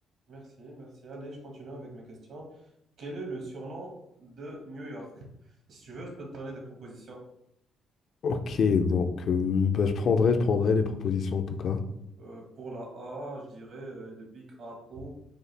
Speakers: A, on the right; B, on the left.
A: Merci, merci. Allez, je continue avec mes questions. Quel est le surnom de New York? Si tu veux, je peux te donner des propositions.
B: Ok, donc euh, bah, je prendrai, je prendrai les propositions en tout cas.
A: Euh, pour la A, je dirais euh, The Big Apple.